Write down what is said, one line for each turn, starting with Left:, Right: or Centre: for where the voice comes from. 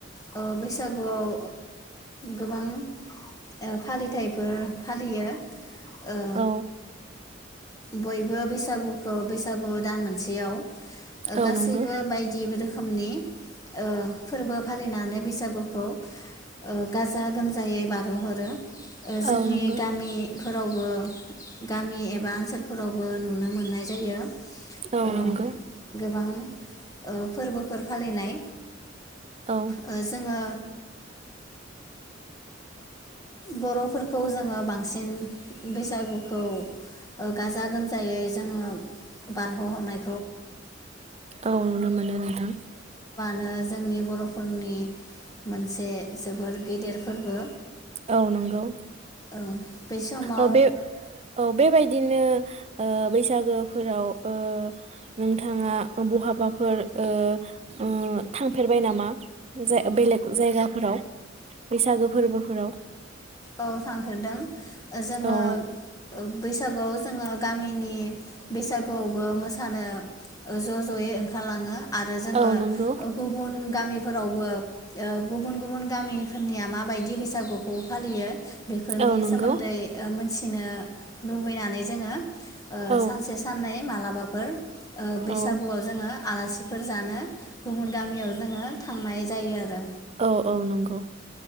Left: ओ बैसागुआव गोबां फालिथाइफोर फालियो। ओ
Right: औ
Left: बयबो बैसागुखौ बैसागु दान मोनसेयाव ओ
Right: औ
Left: गासैबो
Right: नंगौ
Left: बायदि रोख खोमनि ओ फोरबो फालिनानै बैसागुखौ ओ गाजा गोमजायै बारहोहरो। ओ
Right: औ
Left: जोंनि
Right: नंगौ
Left: गामिफोराव बो गामि एबा ओनसोलफोरावबो नुनो मोननाय जायो।
Right: औ
Left: ओ
Right: नंगौ
Left: गोबां ओ फोरबोफोर फालिनाय
Right: औ
Left: ओ जोंङो बर'फोरखौ जोङो बांसिन बैसागुखौ ओ गाजा गोमजायै जोंङो बारहोहरनाय
Right: औ नुनो मोनो नोंथां।
Left: नो जोंनि बरफोरनि मोनसे जोबोर गेदेर फोरबो।
Right: औ नंगौ
Left: ओ बै समाव
Right: औ बे औ बेबायदिनो ओ बैसागोफोराव ओ नोंथाङा बहाबाफोर ओ ओ थांफेरबाय नामा जाय बेलेग जायगाफोराव बैसागो फोरबोफोराव?
Left: औ थांफेरदों। जोंङो
Right: औ
Left: बैसागुआव जोङो गामिनि बैसागुआवबो मोसानो ज जयै ओंखारलांङो। आरो जोङो
Right: औ नंगौ
Left: ओ गुबुन गामिफोरावबो ओ गुबुन गुबुन गामिफोरनिया माबायदि बैसागुखौ फालियो बेफोरनि
Right: औ नंगौ
Left: सोमोन्दै ओ मोनथि लुबैनानै जोंङो ओ
Right: औ
Left: सानसे साननै मालाबाफोर ओ बैसागुआव
Right: औ
Left: जोङो आलासिफोर जानो गुबुन गामियाव जोंङो थांनाय जायो आरो।
Right: ओ औ नोंगौ